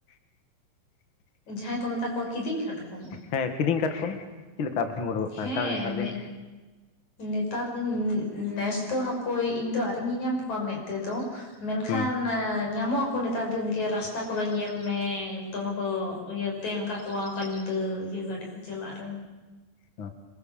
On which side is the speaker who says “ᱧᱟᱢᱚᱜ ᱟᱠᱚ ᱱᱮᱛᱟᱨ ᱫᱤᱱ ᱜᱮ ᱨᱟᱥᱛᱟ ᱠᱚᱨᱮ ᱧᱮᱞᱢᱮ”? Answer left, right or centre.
Left